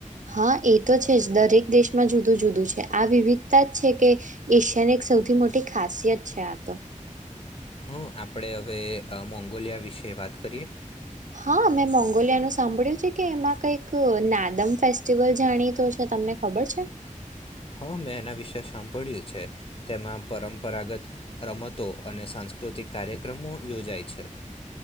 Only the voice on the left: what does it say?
હમ્મ આપણે હવે મોંગોલિયા વિશે વાત કરીએ
હા મેં એના વિશે સાંભળ્યું છે તેમાં પરંપરાગત રમતો અને સાંસ્કૃતિક કાર્યક્રમો યોજાય છે.